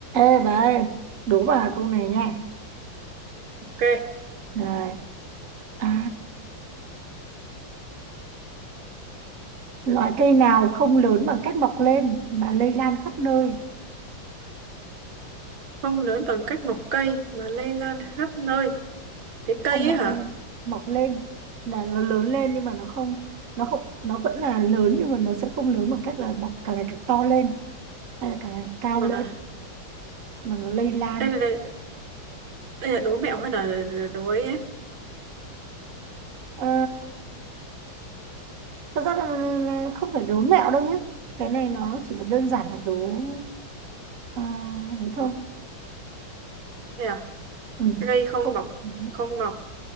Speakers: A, on the right; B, on the right.
A: Ê bà ơi, đố bà câu này nha.
B: Ok,
A: Này, à, loại cây nào không lớn bằng cách mọc lên mà lây lan khắp nơi,
B: không lớn bằng cách một cây mà lây lan khắp nơi. Cái cây
A: không mọc
B: ấy hả?
A: lên, mọc lên là nó lớn lên nhưng mà nó không, nó không, nó vẫn là lớn nhưng mà nó sẽ không lớn bằng cách là mọc càng ngày càng to lên hay là càng ngày càng cao
B: Mà
A: lên
B: là
A: mà nó lây lan.
B: đây là đây, đây là đố mẹo hay là, là đố ấy ấy?
A: Ờ, thật ra là, là không phải đố mẹo đâu nhé. Cái này nó chỉ là đơn giản là đố à, ấy thôi.
B: Đây à?
A: Ừ,
B: Cây không
A: không.
B: mọc,
A: Ừ.
B: không mọc,